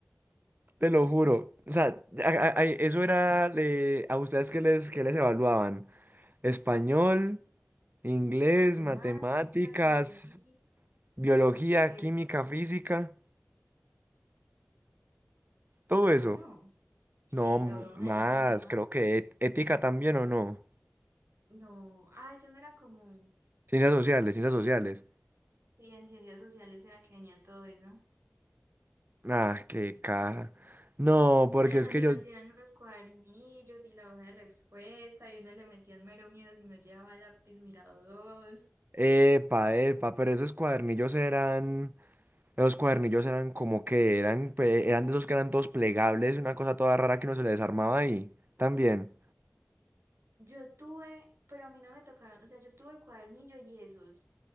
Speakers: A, on the right; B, on the right.
A: Te lo juro. O sea, a- a- a- eso era eh, a ustedes que les, que les evaluaban. Español, inglés,
B: Matemáticas,
A: matemáticas,
B: biología.
A: biología,
B: Epa,
A: química, física, todo
B: ya
A: eso.
B: no. Sí,
A: No m-
B: todo
A: más,
B: eran las mismas.
A: creo que et- ética también o no.
B: No. Ah, eso no era como.
A: Ciencias sociales, ciencias sociales.
B: Sí, en ciencias sociales era que venía todo eso.
A: Ah, qué caja. No, porque
B: Sí, eran
A: es
B: las
A: que
B: mismas,
A: yo...
B: sí, eran los cuadernillos y la hoja de respuesta, y uno le metían mero miedo si no llevaba lápiz mirador.
A: Epa, epa, pero esos cuadernillos eran... Esos cuadernillos eran como que eran, pe- eran de esos que eran todos plegables, una cosa toda rara que uno se le desarmaba ahí. También.
B: Yo tuve, pero a mí no me tocaron, o sea, yo tuve cuadernillo y esos.